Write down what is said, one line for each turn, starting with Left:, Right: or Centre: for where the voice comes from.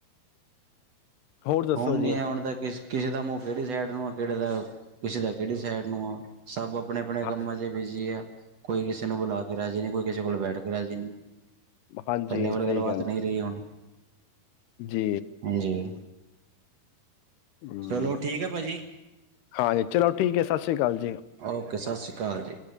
Left: ਹੋਰ ਦੱਸੋ
Right: ਹੁਣ
Left: ਜੀ?
Right: ਨ ਹੁਣ ਦਾ ਕਿਸ ਕਿਸੇ ਦਾ ਮੂੰਹ ਕਿਹੜੀ ਸਾਈਡ ਨੂੰ ਆ ਕਿਹੜੇ ਦਾ ਕਿਸੇ ਦਾ ਕਿਹੜੀ ਸਾਈਡ ਨੂੰ ਆ ਸਭ ਅਪ ਆਪਣੇ ਆਪਣੇ
Left: ਹਾਂ,
Right: ਕੰਮਾਂ ਚ ਬਿਜੀ ਐ। ਕੋਈ ਕਿਸੇ ਨੂੰ ਬੁਲਾ ਕੇ ਰਾਜੀ ਨਈਂ ਕੋਈ ਕਿਸ ਕਿਸੇ ਕੋਲ ਬੈਠ ਕੇ ਰਾਜੀ ਨਈਂ।
Left: ਹਾਂਜੀ
Right: ਪਹਿਲੇ ਵਾਲੀ
Left: ਸਹੀ
Right: ਗੱਲਬਤ
Left: ਕਹਿੰਦੇ।
Right: ਨਈਂ ਰਹੀ ਹੁਣ।
Left: ਜੀ।
Right: ਹਾਂਜੀ
Left: ਹਂ
Right: ਚਲੋ ਠੀਕ ਹੈ ਭਾਜੀ
Left: ਹਾਂਜੀ ਚਲੋ ਠੀਕ ਐ, ਸਤਿ ਸ੍ਰੀ ਅਕਾਲ ਜੀ।
Right: ਓਕੇ ਸਤਿ ਸ਼੍ਰੀ ਅ ਕਾਲ ਜੀ।